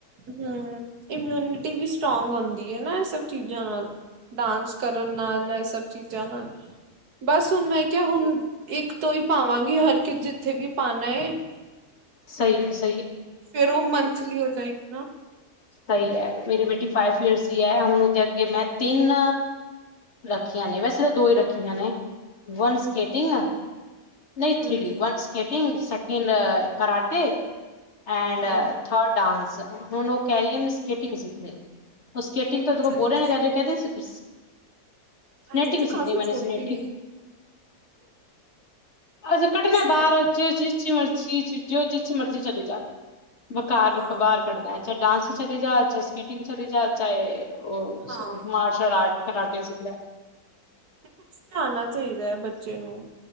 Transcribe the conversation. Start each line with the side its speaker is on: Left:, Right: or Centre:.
Right: ਹਮ ਇਮਿਊਨਿਟੀ ਵੀ ਸਟਰੋਂਗ ਹੁੰਦੀ। ਏ ਨਾ ਸਭ। ਚੀਜ਼ਾਂ ਨਾਲ ਡਾਂਸ ਕਰਨ ਨਾਲ ਇਹ ਸਭ ਚੀਜ਼ਾਂ ਨਾਲ। ਬਸ ਹੁਣ ਮੈਂ ਕਿਹਾ ਹੁਣ ਇੱਕ ਤੋਂ ਹੀ ਪਾਵਾਂਗੀ, ਹਰ ਇੱਕ ਜਿੱਥੇ ਵੀ ਪਾਨਾ ਏ
Left: ਸਹੀ ਹੈ।
Right: ਫੇਰ ਉਹ ਮੰਥਲੀ ਹੋ ਜਾਏਗੀ ਨਾ।
Left: ਸਹੀ ਹੈ, ਮੇਰੀ ਬੇਟੀ ਫਾਈਵ ਈਅਰਸ ਹੀ ਹੈ, ਹੁਣ ਉਹਦੇ ਅੱਗੇ ਮੈਂ ਤਿੰਨ ਰੱਖੀਆਂ ਨੇ, ਵੈਸੇ ਤਾਂ ਦੋ ਹੀ ਰੱਖੀਆਂ ਨੇ, ਵਨ ਸਕੇਟਿੰਗ ਨਹੀਂ
Right: ਹੂੰ
Left: ਥ੍ਰੀ ਵਨ੍ਸ ਸੈਕਿੰਡ ਤਿੰਨ ਸੈਕਿੰਡ ਕਰਾਟੇ ਐਂਡ
Right: ਹਾਂ
Left: ਥਰਡ ਡਾਂਸ ਸ, ਹੁਣ ਔ ਕਹਿ ਰੀ ਐ ਮੈਂ ਸਕੈਟਿੰਗ ਸਿੱਖਣੀ ਔ ਸਕੇਟਿੰਗ ਤੋ ਇਹ
Right: ਅੱਛਾ
Left: ਦੇ
Right: ਜੀ,
Left: ਬੋਰ ਰਏ ਐਂ <unintelligible> <unintelligible> ਸਨੈਟਿੰਗ
Right: ਹਜੇ ਤਾਂ
Left: ਸਿਖਨੀ
Right: ਕਾਫ਼ੀ
Left: ਮੈਨੇ
Right: ਛੋਟੀ
Left: ਸਨੈਟਿੰਗ
Right: ਹੈ
Left: ਅਜੇ ਕਡਨੈ
Right: ਸਕੇਟਿੰਗ
Left: ਬਾਰ ਜਿਸ ਚੀਜ਼ ਚ ਚੀ ਚ ਫੇਰ ਜਿਸ ਚ ਮਰਜ਼ੀ ਚਲੀ ਜਾ ਬਕਾਰ ਵਕ
Right: ਹਾਂ
Left: ਬਾਰ ਕੱਢਨੈ ਚਾਏ ਡਾਂਸ ਚ ਚਲੀ ਜਾ ਚਾਏ ਸਕੇ ਟਿੰਗ ਚਲੀ ਜਾਏ ਚਾਏ ਔ
Right: ਹਾਂ
Left: ਮਾਰਸ਼ਲ ਆਰਟ ਕਰਾਟੇ ਸਿੱਖ ਲੈ।
Right: ਨਾ ਕੁੱਛ ਤੇ ਆਣਾ ਚਾਹੀਦੈ ਬੱਚੇ ਨੂੰ।